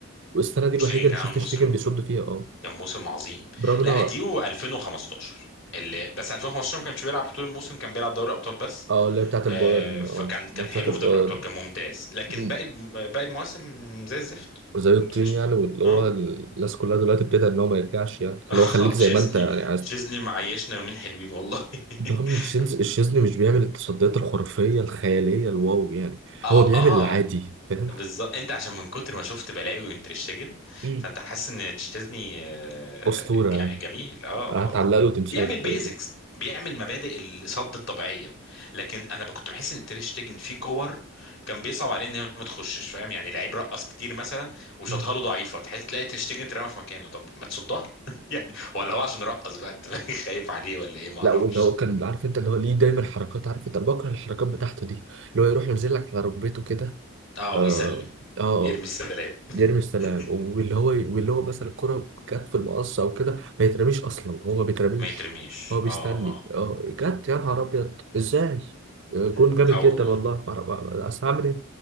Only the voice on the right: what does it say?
والسنه دي
الوحيده
اللي شفت
شريجن بيصد فيها اه
برغم ان
هو
اه اللي هي بتاعت البايرن
اه
ماتشات
البايرن
مم.
زي الطين
يعني واللي
هو الناس كلها دلوقتي ابتدى ان هو ما يرجعش يعني
اللي هو خليك
زي ما انت يعني عايز
برغم
ان تشيز- الشيزني مش بيعمل التصديات الخرافيه الخياليه الواو يعني
هو بيعمل
العادي فاهم
مم.
اسطوره
يعني
هتعلق
له تمثال
كمان شوية.
مم.
لا واللي هو كان عارف انت اللي هو ليه دايما حركات عارف انت أنا بكره الحركات بتاعته دي اللي هو يروح ينزل لك على ركبته كده
اه
اه
يرمي السلام
واللي هو واللي هو مثلا الكرة جت في المقص او كده ما يترميش اصلا هو ما بيترميش
هو بيستني
اه جت يا نهار ابيض ازاي آه،
جون جامد
جدا
والله ما أعرف- ما- اصل هعمل ايه